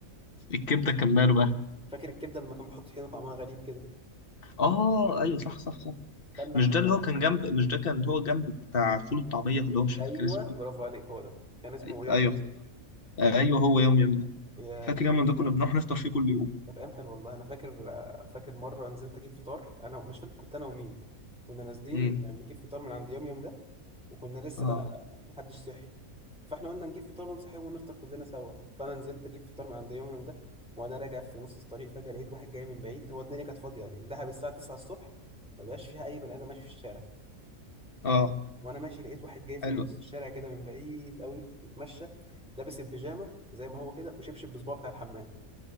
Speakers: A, on the left; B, in the centre.
A: الكبده كان ماله بقى
B: فاكر الكبده لما كان بيحط طحينه طعمها غريب كده
A: اه ايوه صح صح صح
B: كلنا
A: مش
B: احنا
A: ده اللي
B: مع-
A: هو كان جنب مش ده كان هو جنب بتاع فول والطعميه اللي هو مش فاكر
B: ايوه
A: كان اسمه
B: برافو
A: ايه
B: عليك هو ده كان اسمه
A: أي-
B: يام
A: ايوه
B: يام
A: افتكرت. ايوه هو يوم يوم ده
B: يا
A: فاكر
B: كانت
A: يوم ده كنا بنروح نفطر فيه كل يوم
B: كانت ايام حلوه والله انا فاكر فاكر مره نزلت اجيب فطار انا مش فاكر كنت انا ومين كنا نازلين
A: امم
B: نجيب فطار من عند يام يام ده وكنا لسه
A: اه
B: بقى محدش صحي فاحنا قلنا نجيب فطار ونصحي ونفطر كلنا سوا فانا نزلت اجيب فطار من عند يوم يوم ده وانا راجع في نص الطريق فجاه لقيت واحد جاي من بعيد هو الدنيا كانت فاضيه يعني دهب الساعه 9 الصبح ما بقاش فيها اي بني ادم ماشي في الشارع
A: اه
B: وانا ماشي لقيت واحد جاي في
A: حلو
B: نص الشارع كده من بعيد قوي بيتمشى لابس البيجامه زي ما هو كده وشبشب بصباعه بتاع الحمام